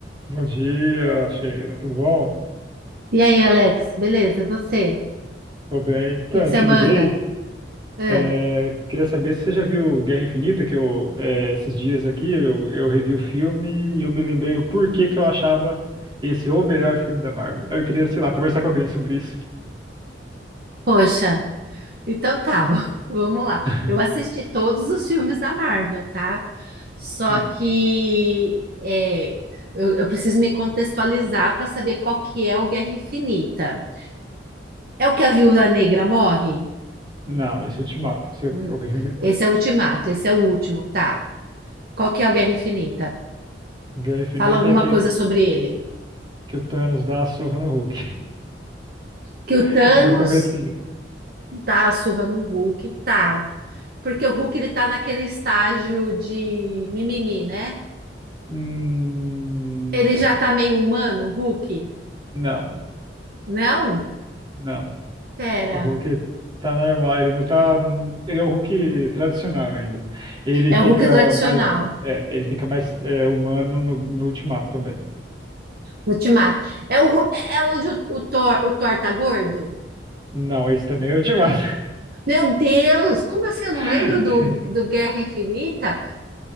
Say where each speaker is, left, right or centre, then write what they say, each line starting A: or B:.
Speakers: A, on the right; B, on the right.
A: Bom dia, Sheila. Tudo bom?
B: E aí, Alex, beleza? E Você? O
A: Tô bem. Então,
B: que que
A: eu
B: você
A: te
B: manda?
A: liguei.
B: Ah,
A: é, queria saber se você já viu Guerra Infinita, que eu, é, esses dias aqui, eu, eu revi o filme e eu me lembrei o porquê que eu achava esse o melhor filme da Marvel. Aí Eu queria, sei lá, conversar com alguém sobre isso.
B: poxa, então tá, <laughs> vamos lá.
A: <laughs>
B: Eu assisti todos os filmes da Marvel, tá? Só
A: Não,
B: que é, eu, eu preciso me contextualizar para saber qual que é o Guerra Infinita. É o que a Viúva Negra morre?
A: não, esse eu te mato. Esse é
B: Hum,
A: o que vem depois.
B: Esse é o Ultimato, esse é o último,
A: É.
B: tá? Qual que é o Guerra Infinita?
A: Guerra Infinita
B: Fala alguma
A: é aquele
B: coisa
A: que, o-
B: sobre ele.
A: que o Thanos dá a surra no Hulk,
B: Que o
A: <laughs>
B: Thanos
A: do comecinho.
B: dá a surra no Hulk, tá? Porque o Hulk ele tá naquele estágio de mimimi, né?
A: Hum,
B: Ele já tá meio humano, o Hulk?
A: não,
B: Não?
A: não.
B: Pera.
A: O Hulk tá normal, ele não tá. Ele é o Hulk tradicional ainda. Ele fica
B: É o Hulk tradicional,
A: mais. É, ele fica mais é, humano no, no Ultimato também.
B: Ultimato. É, o, Hu- é é onde o, o Thor, o Thor tá gordo?
A: Não, esse também é o Ultimato.
B: Meu Deus, como assim? Eu não
A: <laughs>
B: lembro do, do Guerra Infinita?